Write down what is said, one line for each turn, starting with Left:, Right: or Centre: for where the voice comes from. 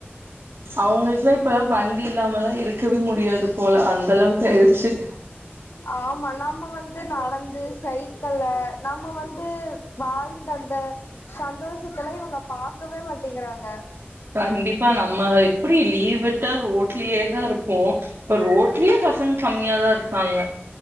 Right: அவங்களுக்குல்லா இப்பலாம் வண்டி இல்லாமல்லா இருக்கவே முடியாது போல அந்த அளவுக்கு ஆயிடுச்சு <inaudible>
Left: ஆமா நம்ம வந்து நடந்து சைக்கில நம்ம வந்து வாழ்ந்தந்த சந்தோஷத்துல இவங்க பாக்கவே மாட்டேங்கிறாங்க
Right: கண்டிப்பா நம்ம எப்படி லீவு உட்டா ரோட்லியே தான் இருப்போ இப்ப ரோட்லியே பசங்க கம்மியா தா இருக்காங்க